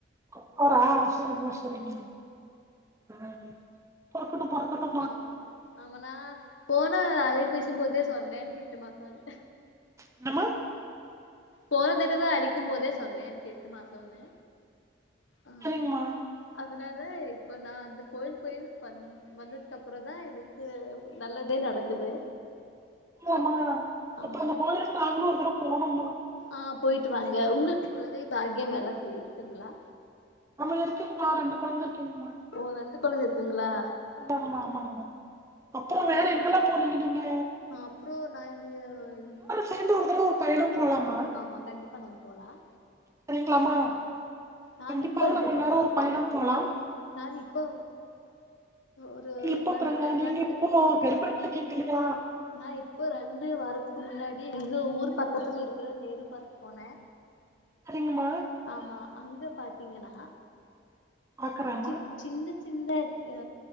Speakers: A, on the right; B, on the left.
A: கர்த்தரா செரிமா செரிமா நானு பொறக்கட்டு பொறக்கட்டு
B: ஆமா ஆமா நா போனா அலைப் பேசிம் போதே சொன்னே எனக்கு எட்டு மாசோன்னு
A: என்னமா
B: போன தடவெ அலிக்கும் போதே சொன்னே எனக்கு எட்டு மாசோன்னு ஆ
A: சரிங்மா
B: அதனால இப்ப நா அந்தக் கோயில் போயி பண் வந்ததுக்கப்றந்தா எனக்கு நல்லதே நடக்குது
A: யம்மா
B: ஆமா
A: இப்ப அந்த கோயிலுக்கு நாங்ளு ஒரு தரவப் போணும்மா
B: ஆ போயிட்டு வாங்க உங்ளுக்கு கொழந்தை பாக்யம் எலாசு இருக்குங்ளா
A: ஆமா இருக்குங்மா ரெண்டு கொழந்த இருக்கீங்மா
B: ஓ ரெண்டு கொழந்த இருக்குங்ளா
A: அம்மா அம்மா அம்மா மா அப்பறோ வேற எங்கலாம் போனிங்க நீங்க
B: அப்றோ நானு <unintelligible>
A: சேந்து ஒரு தரவே ஒரு பயணம் போலாமா
B: ஆமா கண்டிப்பா நம்ம போலாம்
A: சரிங்களாமா
B: நான்
A: கண்டிப்பா
B: இப்ப இப்ப
A: நம்ம எல்லாரும் ஒரு பயணம் போலாம்
B: நான் இப்போ ஒரு
A: நீ இப்ப
B: ரெண்டு
A: போறீங்கா நீங்க
B: ரெண்டு
A: இப்போ கர்ப்பணி இருக்கீங்கல்ல
B: நான் இப்போ ரெண்டு வாரத்துக்கு முன்னாடி எங்க ஊர் பக்கத்துல இருக்கற நேரு பார்க் போனே
A: சரிங்கம்மா
B: ஆமா அங்க பாத்தீங்கன்னா
A: ஆக்கறமா
B: சி சின்ன சின்ன ஆ